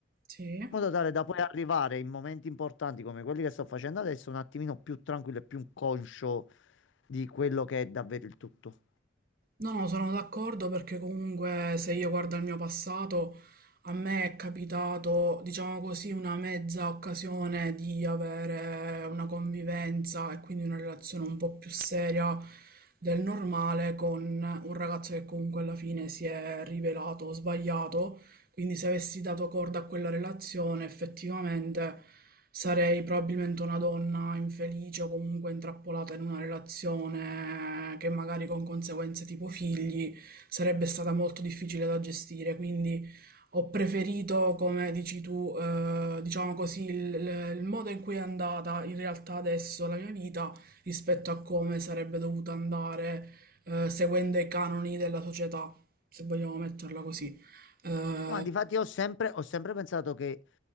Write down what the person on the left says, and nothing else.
in modo tale da poi arrivare in momenti importanti come quelli che sto facendo adesso un attimino più tranquillo e più conscio di quello che è davvero il tutto.
Ma difatti ho sempre, ho sempre pensato che